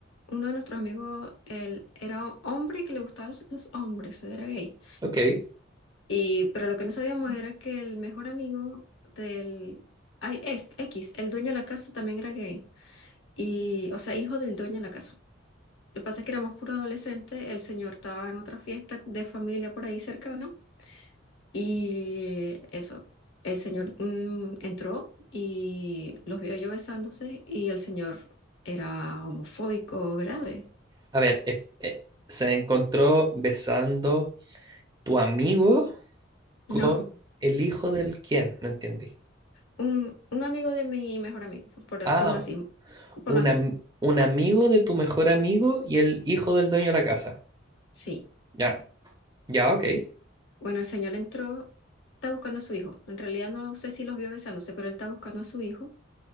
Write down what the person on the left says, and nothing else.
uno de nuestros amigos, él era ho- hombre y que le gustaban los los hombres, era gay.
Y, pero lo que no sabíamos era que el mejor amigo del ay, es, X, el dueño de la casa, también era gay. Y, o sea, hijo del dueño de la casa. Lo que pasa es que éramos puros adolescentes, el señor estaba en otra fiesta de familia por ahí cercano. Y eso, el señor mm, entró y los vio yo besándose y el señor era homofóbico grave.
No,
un, un amigo de mi mejor amigo, por,
por así, por
así,
sí.
Bueno, el señor entró, está buscando a su hijo. En realidad no sé si los vio besándose, pero él está buscando a su hijo